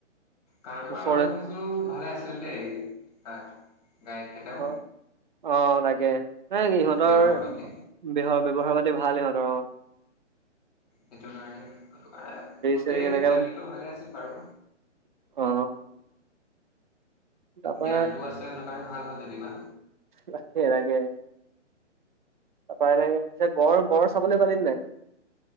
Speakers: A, on the left; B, on the right.
A: কাম কৰা
B: ওচৰলে
A: মানুহ কিছু ভালে আছিল দেই তাত। গাইডকেইটাও
B: অ', অ', তাকে ন' সিহঁতৰহ
A: বেগৰ পাতি
B: ব্যৱহাৰ বা ভাল সিহঁতৰ।
A: সেইটো কাৰণে সটো কাৰ গোটেই
B: চেৰি এনেকে
A: জাৰ্ণিটো ভালে আছিল বাৰু।
B: অ তাৰপা
A: জ্ঞান তো আছে ন'। ভাল হয় যেনিবা।
B: বাকে লাগে। তাপা এনেকে গড় গড় চাবলৈ পালি নাই